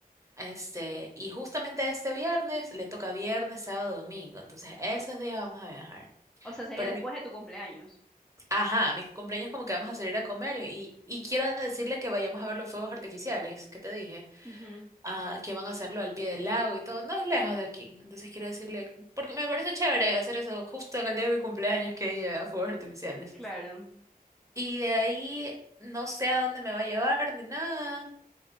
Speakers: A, on the right; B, in the centre.
A: Este, y justamente este viernes le toca viernes, sábado, domingo. Entonces, esos días vamos a viajar.
B: O sea, sería
A: Pero
B: después
A: mi,
B: de tu cumpleaños.
A: ajá, mi cumpleaños como que vamos a salir a comer y, y quiero decirle que vayamos a ver los fuegos artificiales, que te dije,
B: Ujú,
A: ah, que van a hacerlo al pie del lago y todo, no es lejos de aquí. Entonces quiero decirle, porque me parece chévere hacer eso justo en el día de mi cumpleaños que lleva fuegos artificiales.
B: claro.
A: Y de ahí no sé a dónde me va a llevar ni nada.